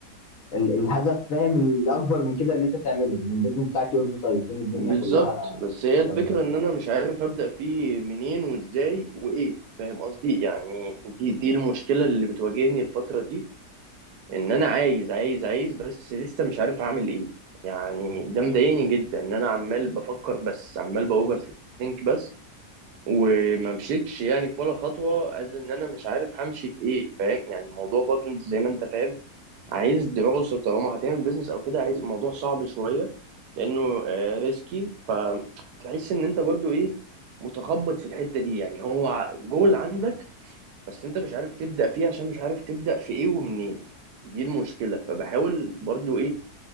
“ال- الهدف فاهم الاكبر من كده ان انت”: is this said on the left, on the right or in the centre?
Left